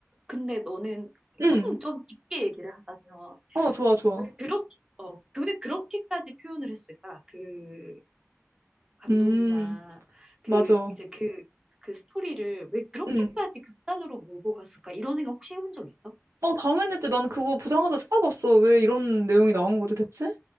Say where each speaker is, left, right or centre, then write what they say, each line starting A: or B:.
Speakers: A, on the right (about 15°); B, on the right (about 70°).
A: 근데 너는
B: 음음어
A: 조금 좀 깊게 얘기를 하자면,
B: 좋아 좋아
A: 왜 그렇게, 어, 왜 그렇게까지 표현을 했을까? 그 감독이나
B: 음
A: 그,
B: 맞아
A: 이제 그, 그 스토리를 왜 그렇게까지
B: 음어
A: 극단으로 몰고 갔을까? 이런 생각 혹시 해본 적 있어?
B: 당연했지 난 그거 보자마자 찾아봤어 왜 이런 내용이 나온 거지 대체